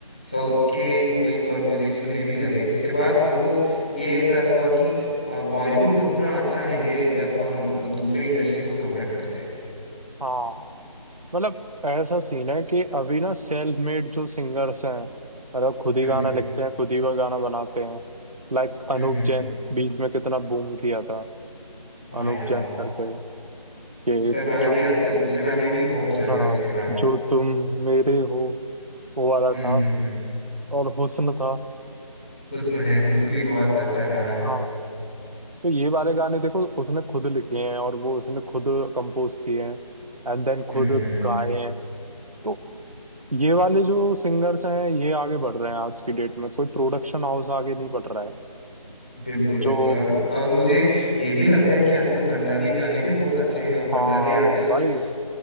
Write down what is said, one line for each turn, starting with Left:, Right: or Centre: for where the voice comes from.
Centre: साउथ के मूवीज और म्यूजिक सुनने भी लगे उसके बाद उनको ये एहसास हुआ कि अ, बॉलीवुड उतना अच्छा नहीं है जब हम दूसरे इंडस्ट्री को कंपेयर करते हैं
Right: हाँ मतलब ऐसा सीन है कि अभी ना सेल्फ मेड जो सिंगर्स हैं मतलब खुद ही
Centre: हम्म
Right: गाना
Centre: हम्म
Right: लिखते हैं खुद ही वो गाना बनाते हैं लाइक
Centre: हम्म
Right: अनूप
Centre: हम्म
Right: जैन
Centre: हम्म।
Right: बीच में कितना बूम किया था
Centre: हाँ
Right: अनूप
Centre: यार
Right: जैन
Centre: हाँ
Right: करके कि
Centre: उसका गाना
Right: जो
Centre: भी आजकल इंस्टाग्राम में भी बहुत चल रहा
Right: हाँ
Centre: है उसके गाने
Right: जो तुम मेरे हो वो वाला
Centre: हम्म
Right: था
Centre: हम्म हम्म
Right: और हुस्न था
Centre: हुस्न है हुस्न भी बहुत अच्छा गाना है
Right: हाँ तो ये वाले गाने देखो उसने खुद लिखे हैं और वो उसने खुद कंपोज किए हैं एंड देन खुद
Centre: हम्म हम्म,
Right: गाए हैं तो ये वाले जो सिंगर्स हैं ये आगे बढ़ रहे हैं आज की डेट में कोई प्रोडक्शन हाउस आगे नहीं बढ़ रहा है
Centre: बिल्कुल
Right: जो
Centre: बिल्कुल और और मुझे ये भी लगता है कि आजकल पंजाबी गाने भी बहुत अच्छे हैं और
Right: हाँ
Centre: पंजाबी आर्टिस्ट
Right: भाई